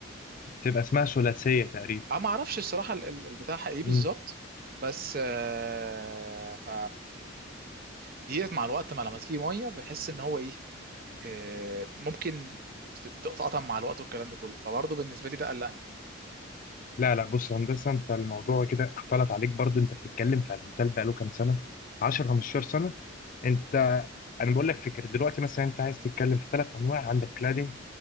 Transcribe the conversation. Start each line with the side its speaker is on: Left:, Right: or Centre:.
Left: تبقى اسمها ثلاثية تقريبا
Right: انا ما اعرفش الصراحه ال- ال- البتاع ايه
Left: مم.
Right: بالظبط بس آه ف ديت مع الوقت مع لما تيجي ميه بحس ان هو ايه آه ممكن تتقطع مع الوقت والكلام ده كله فبرضه بالنسبه لي ده قلقني
Left: لا لا بص يا هندسة انت الموضوع كده اختلط عليك برضو انت بتتكلم في الموتيل بقاله كام سنة 10 15 سنة انت انا بقول لك فكر دلوقتي مثلا انت عايز تتكلم في ثلاث انواع عندك كلادنج